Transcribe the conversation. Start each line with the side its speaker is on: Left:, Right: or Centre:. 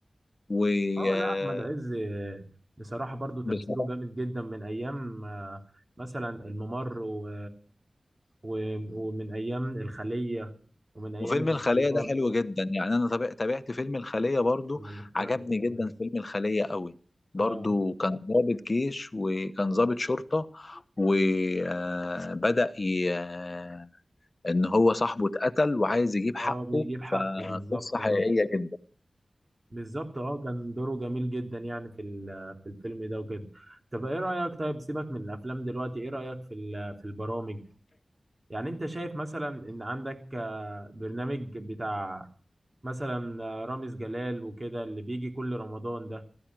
Left: و
Right: اه
Left: آه،
Right: لا احمد عز آه، بصراحه برضو تمثيله
Left: بصراحة
Right: جامد جدا من ايام آه، مثلا الممر و... و... ومن ايام الخليه ومن ايام
Left: وفيلم
Right: الاختيار
Left: الخلية ده حلو جدا يعني أنا تابع- تابعت فيلم الخلية برضو
Right: ولا الاختيار
Left: عجبني
Right: مفيش
Left: جدا
Right: أحمد عز.
Left: فيلم الخلية قوي برضو
Right: اه
Left: كان ضابط جيش وكان ضابط شرطة وبدأ ي... آه، إن هو صاحبه اتقتل وعايز يجيب حقه
Right: اه بيجيب حقه
Left: فقصة
Right: بالظبط
Left: حقيقية
Right: اه
Left: جدا
Right: بالظبط اه كان دوره جميل جدا يعني في ال... في الفيلم ده وكده طب ايه رايك طيب سيبك من الافلام دلوقتي ايه رايك في ال... في البرامج يعني انت شايف مثلا ان عندك آه، برنامج بتاع مثلا آه، رامز جلال وكده اللي بيجي كل رمضان ده